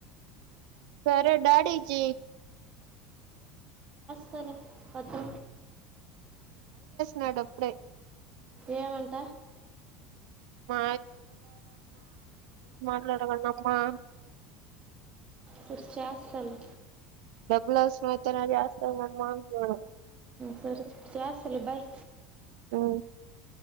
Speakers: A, on the right; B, on the right.
A: సరే డాడీకి
B: సరే వద్దు
A: నడు ఇప్పుడే
B: ఏమంట
A: మా చదవండి అమ్మా
B: సరే చేస్తాలే
A: డబ్బలు అవసరం ఉంటేనే జాస్త అయి మమ్మా బ
B: సరే చేస్తలే బాయ్
A: అవు